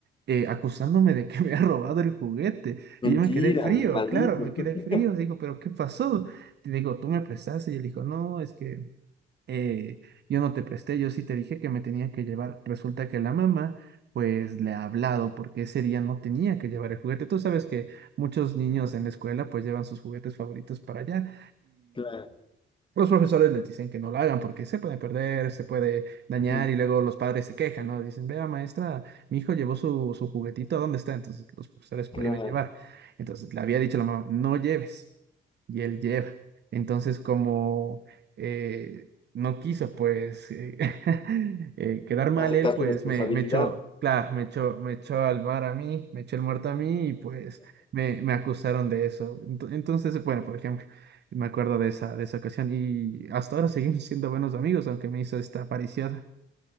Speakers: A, on the right; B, on the left.
A: eh, acusándome de que <laughs> me ha robado el juguete.
B: Mentira,
A: Y yo me quedé frío,
B: maldito.
A: claro, me quedé
B: <laughs>
A: frío. Digo, ¿pero qué pasó? Te digo, tú me prestaste. Y él dijo, no, es que eh, yo no te presté, yo sí te dije que me tenía que llevar. Resulta que la mamá, pues le ha hablado porque ese día no tenía que llevar el juguete. Tú sabes que muchos niños en la escuela, pues llevan sus juguetes favoritos para allá.
B: Claro,
A: Los profesores les dicen que no lo hagan porque se puede perder, se puede dañar
B: ujú,
A: y luego los padres se quejan, ¿no? Dicen, vea maestra, mi hijo llevó su, su juguetito, ¿dónde está? Entonces los profesores prohíben
B: claro.
A: llevar. Entonces le había dicho la mamá, no lleves. Y él lleva. Entonces como eh, no quiso pues eh, <laughs> eh, quedar mal
B: Aceptar
A: él, pues
B: su responsabilidad.
A: me, me echó, claro, me echó, me echó al bar a mí, me echó el muerto a mí y pues me, me acusaron de eso. Ento- Entonces, bueno, por ejemplo. Me acuerdo de esa, de esa ocasión y hasta ahora seguimos <laughs> siendo buenos amigos, aunque me hizo esta pariciada.